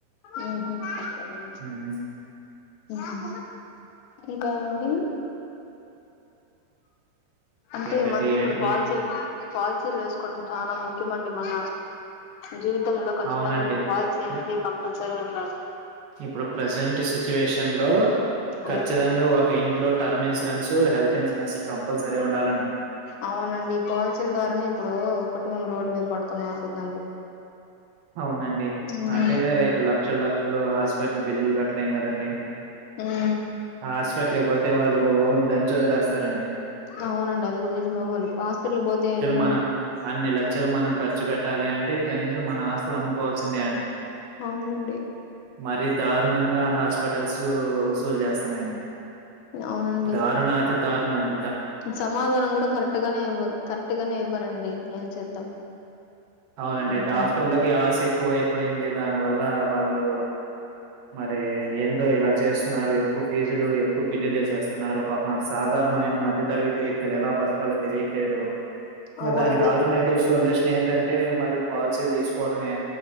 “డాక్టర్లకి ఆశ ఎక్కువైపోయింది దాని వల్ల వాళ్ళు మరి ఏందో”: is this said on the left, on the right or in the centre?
Right